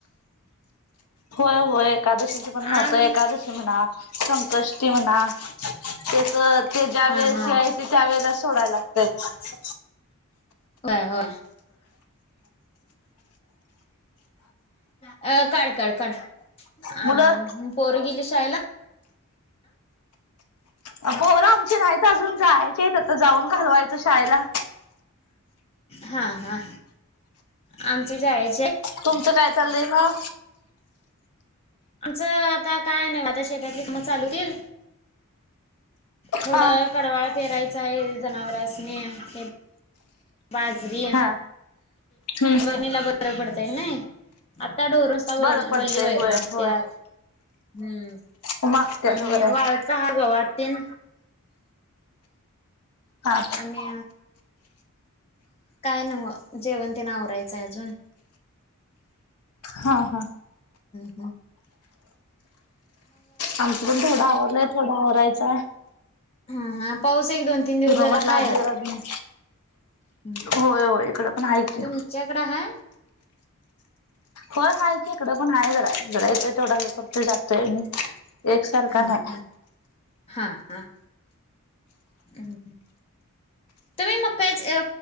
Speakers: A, on the left (about 90°); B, on the left (about 25°).
A: होय होय. एकादशीच पण महत्व
B: आणि
A: एकादशी म्हणा, संकष्टी म्हणा तस ते ज्यावेळेस
B: हा हा
A: येते त्यावेळेलाचं सोडायला लागतय.
B: होया होय. अ काढ काढ काढ अ
A: मुलं
B: पोर गेली शाळेला.
A: अं पोर आमची नाहीत अजून जायचीत आता जाऊन घालवायचं शाळेला.
B: हा हा आमच जाय
A: तुमचं काय चाललं म
B: आमचं आता काय ना म आता शेतातली काम चालू होतील. थोडं
A: हा
B: कडवाळ पेरायचं आहे जनावरांसनी तेन बाजरी
A: हा हम्म
B: वणीला बरं पडतय नय आ त्या डोर नुसता वल्ली
A: बरं पडतंय
B: वैर
A: होय
B: मागत्यात
A: होय
B: हम्म
A: मागत्यात
B: आणि
A: होय
B: वाळका हा गवात तेण
A: हा
B: आणि काय नव्ह जेवणतीन आवरायचंय अजून
A: हा हा
B: हं
A: आमचं पण थोडं आवरलंय थोडं आवरायचाय
B: हा हा पाऊस एक दोन तीन दिवस झाला
A: म्हटलं आधी
B: हाय आता.
A: जरा धुन
B: हम्म
A: होय होय इकडं पण हाय की,
B: तुमच्याकडं हाय
A: होय हाय की इकडं पण हाय जरा गरळतोय तेवढा हे करतोय जास्त येय नी एकसारखा
B: हा
A: नाय.
B: हा हा हा हं हं तुम्ही मकाच या